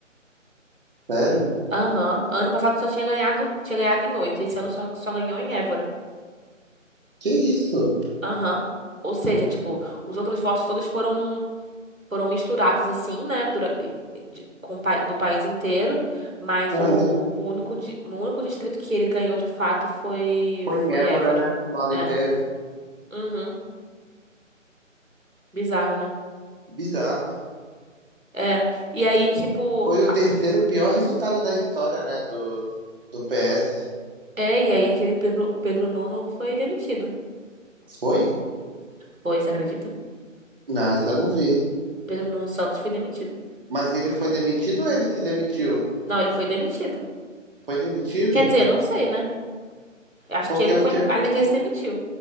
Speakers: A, on the right; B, on the right.
A: Sério?
B: Aham. Ano passado só tinha ganhado, tinha ganhado em oito. Esse ano só, só ganhou em Évora.
A: Que isso?
B: Aham. Ou seja, tipo, os outros votos todos foram foram misturados assim, né, dura- de- com, o pai- do país inteiro, mas
A: Aham.
B: o, o único di- no único distrito que ele ganhou de fato foi
A: Foi
B: foi
A: em Évora,
B: Évora.
A: né? No Alentejo.
B: É. Uhum. Bizarro, né?
A: Bizarro.
B: É. E aí, tipo,
A: Foi o
B: a-
A: terceiro pior resultado da história, né? Do, do PS.
B: é, e aí aquele Pedro, o Pedro Nuno foi demitido.
A: Foi?
B: Foi, você acredita?
A: Não, isso eu não vi.
B: Pedro Nuno Santos foi demitido.
A: Mas ele foi demitido ou ele se demitiu?
B: Não, ele foi demitido.
A: Foi demitido?
B: Quer dizer, não sei, né? Eu Acho
A: Porque
B: que ele
A: eu
B: foi,
A: tinha,
B: olha que ele se demitiu.